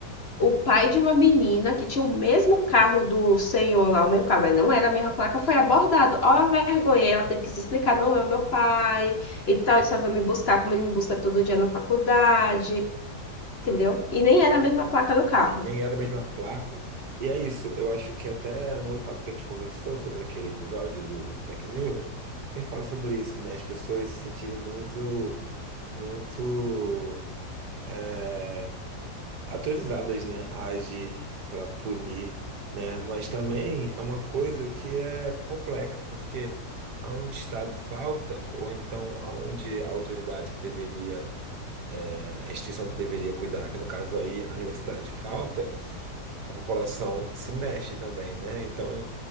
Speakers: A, on the left; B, on the right.
A: o pai de uma menina que tinha o mesmo carro do senhor lá, o mesmo carro, mas não era a mesma placa, foi abordado. Ó, a vergonha, ela teve que se explicar, não é o meu pai, e tal, ele só veio me buscar, como ele me busca todo dia na faculdade, entendeu? E nem era a mesma placa do carro.
B: Nem era a mesma placa. E é isso. Eu acho que até no outro papo que a gente conversou sobre aquele episódio do Black Mirror, ele fala sobre isso, né? As pessoas se sentirem muito. muito é, autorizadas, né, a agir para punir, né? Mas também é uma coisa que é complexa, porque aonde Estado falta, ou então aonde a autoridade que deveria, é, a instituição que deveria cuidar, que no caso aí a universidade falta, a população se mexe também, né? Então,